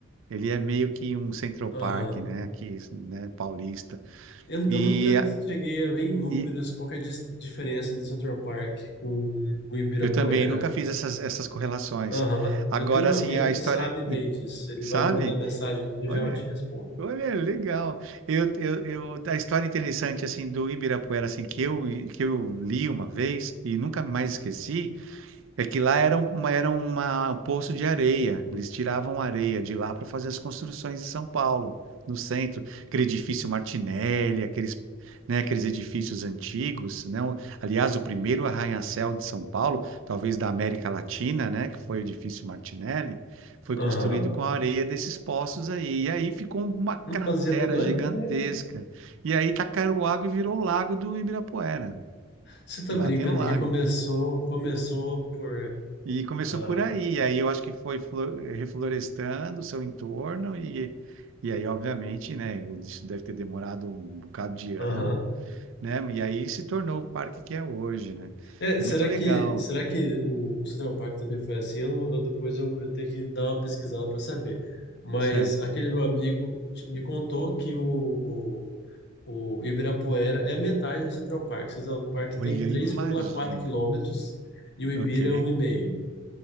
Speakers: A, on the right; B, on the left.
A: ele é meio que um Central
B: Aham.
A: Park, né, aqui, né, paulista.
B: Eu,
A: E,
B: eu nunca cheguei a ver em números
A: e
B: qual que é a dis- diferença do Central Park com o Ibirapuera.
A: eu também nunca fiz essas, essas correlações.
B: Aham.
A: Agora,
B: Eu tenho um amigo
A: assim, a
B: que
A: história,
B: sabe bem disso. Ele
A: sabe?
B: vai me mandar mensagem aqui e
A: Olha,
B: já eu te respondo.
A: olha, legal. Eu, eu, eu, a história interessante assim do Ibirapuera assim que eu que eu li uma vez e nunca mais esqueci. É que lá era, um, uma, era uma- um poço de areia. Eles tiravam areia de lá para fazer as construções de São Paulo, no centro. Aquele edifício Martinelli, aqueles, né, aqueles edifícios antigos, né? O- Aliás, o primeiro arranha-céu de São Paulo, talvez da América Latina, né, que foi o edifício Martinelli, foi
B: Aham.
A: construído com a areia desses poços aí. E aí ficou uma cratera
B: Não fazia a menor
A: gigantesca.
B: ideia.
A: E aí tacaram água e virou o Lago do Ibirapuera,
B: Você tá
A: que
B: brincando
A: lá tem um lago.
B: que começou, começou por.
A: E começou
B: ah,
A: por aí, aí eu acho que foi flo- reflorestando o seu entorno e, e aí, obviamente, né, isso deve ter demorado um bocado de ano,
B: Aham.
A: né, e aí se tornou o parque que é hoje, né,
B: É,
A: muito
B: será
A: legal,
B: que, será que o, o Central Park também foi assim? Eu, eu- depois eu, eu tenho que dar uma pesquisada para saber. Mas
A: certo?
B: aquele meu amigo t- me contou que o, O Ibirapuera é metade do Central Park. O Central Park
A: Olha,
B: tem 3,4
A: imagina,
B: quilômetros e o Ibira
A: ok?
B: um e meio.